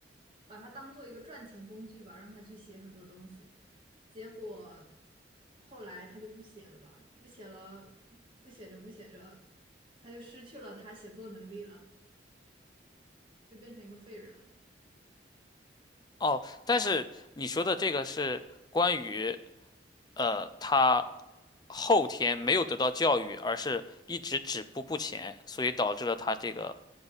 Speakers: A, on the right; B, on the left.
A: 把他当做一个赚钱工具吧，让他去写很多东西。结果后来他就不写了吧，不写了，不写着不写着，他就失去了他写作能力了，就变成一个废人了，
B: 哦，但是你说的这个是关于
A: 是吧？
B: 呃他后天没有得到教育，而是一直止步不前，所以导致了他这个